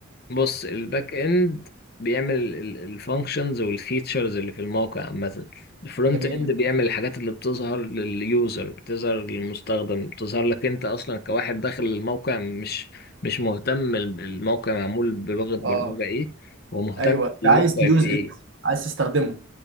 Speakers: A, on the left; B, on the right.
A: بص الباك اند بيعمل الفانكشنز والفيتشرز اللي في الموقع عامه الفرونت
B: جميل
A: اند بيعمل الحاجات اللي بتظهر لليوزر بتظهر للمستخدم بتظهر لك انت اصلا كواحد داخل الموقع مش مش مهتم ال- الموقع معمول بلغه برمجه
B: اه
A: ايه هو مهتم
B: ايوه انت
A: الموقع
B: عايز تيوز
A: في ايه
B: ات عايز تستخدمه